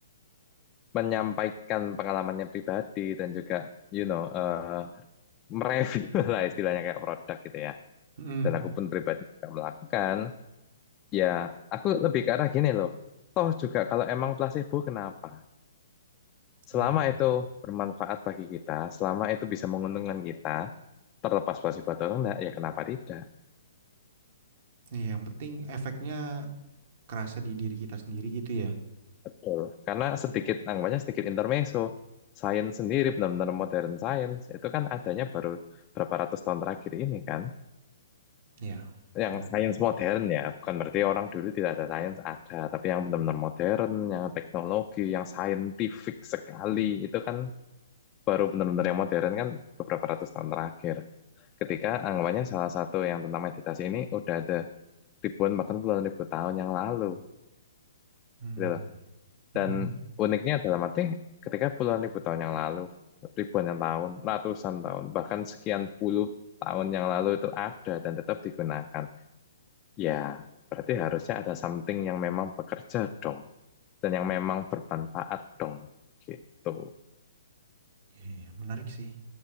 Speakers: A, on the left; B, on the right.
A: menyampaikan pengalamannya pribadi dan juga you know eh, mereview <laughs> lah istilahnya kayak produk gitu ya.
B: Mm-mm.
A: Dan aku pun pribadi juga melakukan. Ya, aku lebih ke arah gini loh. Toh juga kalau emang placebo kenapa?
B: Iya,
A: Selama
B: iya.
A: itu bermanfaat bagi kita, selama itu bisa menguntungkan kita, terlepas placebo atau enggak, ya kenapa tidak?
B: Iya, yang penting efeknya kerasa di diri kita sendiri gitu ya.
A: Betul. Karena sedikit, anggapannya sedikit intermezzo. Sains sendiri, benar-benar modern science, itu kan adanya baru berapa ratus tahun terakhir ini kan.
B: Iya,
A: Yang
B: benar-benar.
A: sains modern ya, bukan berarti orang dulu tidak ada sains, ada. Tapi yang benar-benar modern, yang teknologi, yang scientific sekali, itu kan baru benar-benar yang modern kan beberapa ratus tahun terakhir. Ketika anggapannya salah satu yang tentang meditasi ini udah ada ribuan bahkan puluhan ribu tahun yang lalu,
B: Hmm.
A: gitu loh.
B: Mhm.
A: Dan uniknya dalam arti ketika puluhan ribu tahun yang lalu, ribuan yang tahun, ratusan tahun, bahkan sekian puluh tahun yang lalu itu ada dan tetap digunakan. Ya, berarti harusnya ada something yang memang bekerja dong, dan yang memang bermanfaat dong, gitu.
B: Iya, iya, menarik sih.